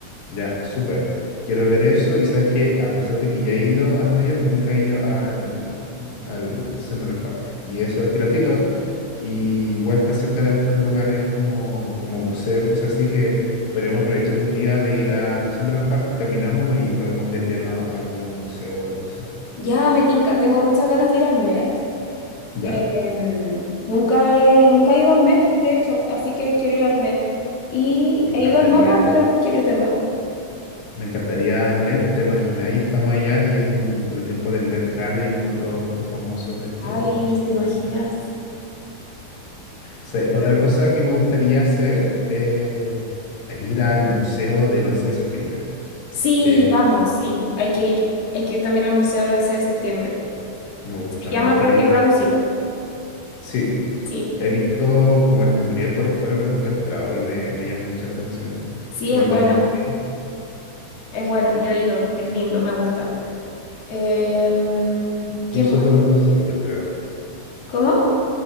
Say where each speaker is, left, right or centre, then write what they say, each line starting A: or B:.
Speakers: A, on the left; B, on the left.
A: Ya, súper. Quiero ver eso. Y sabes que a pesar de que ya he ido a Nueva York, nunca he ido al, al Central Park. Y eso es gratuito. Y igual está cerca de hartos lugares como, como museo y cosas así que podríamos aprovechar un día de ir al Central Park, caminamos y podemos desviarnos a algún museo o algo así.
B: Ya me tinca, tengo muchas ganas de ir al Met.
A: Ya,
B: Eh, em, nunca he, nunca he ido al Met, de hecho, así que quiero ir al Met. Y
A: me
B: he
A: encantaría.
B: ido al MoMA, pero
A: eh.
B: quiero ir de nuevo.
A: Me encantaría el Met, ¿te imagináis? Estamos allá y es el, el tiempo del Met Gala y vemos a todos estos famosos vestidos
B: Ay,
A: extravagantes.
B: ¿te imaginas?
A: Sí, otra
B: Creo-
A: cosa que me gustaría hacer eh, es ir al museo del 11 de septiembre.
B: Sí,
A: Eh,
B: vamos, sí, hay que ir. Hay que ir también al museo del 11 de septiembre.
A: no me gusta,
B: Se llama,
A: me gusta
B: creo
A: la idea.
B: que Ground Zero.
A: Sí,
B: Sí,
A: he visto como el memorial por fuera, pero nunca he entrado y me, me llama mucho la atención
B: sí,
A: esa
B: es
A: parte
B: bueno,
A: de la historia.
B: es bueno, yo he ido, es lindo, me gusta. Em, ¿qué
A: Y eso
B: más?
A: con los museos, yo creo.
B: ¿Cómo?